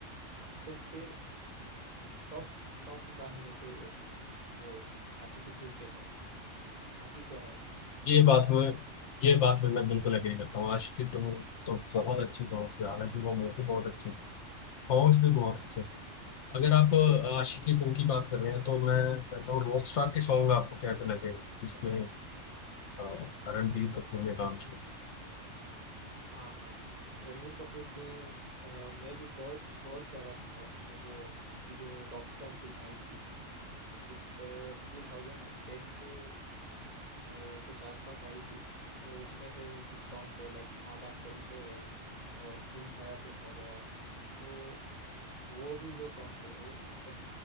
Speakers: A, on the right; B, on the left.
A: सबसे टॉप टॉप गानों में से एक है वो आशिकी टू के सॉन्ग्स आपकी क्या राय है
B: ये बात में ये बात में मैं बिल्कुल अग्री करता हूँ आशिकी टू तो बहुत अच्छे सॉन्ग्स है हालांकि वो मूवी बहुत अच्छी सॉन्ग्स भी बहुत अच्छे थे अगर आप आशिकी टू की बात कर रहे हैं तो मैं कहता हूँ रॉक स्टार के सॉन्ग आपको कैसे लगे जिसमें हाँ, रणबीर कपूर ने काम किया
A: हाँ हाँ रणवीर कपूर के अ, मैं भी बहुत बहुत ज़्यादा सुनता हूँ मतलब वो उनकी जो रॉकस्टार फिल्म आई थी आई थिंक टू थाउजेंड टेन के अ, कुछ आसपास आई थी तो उसमें से कुछ सॉन्ग्स है लाइक नादान परिंदे है और कुन फाया कुन हो गया तो वो भी जो सॉन्ग्स है वो मतलब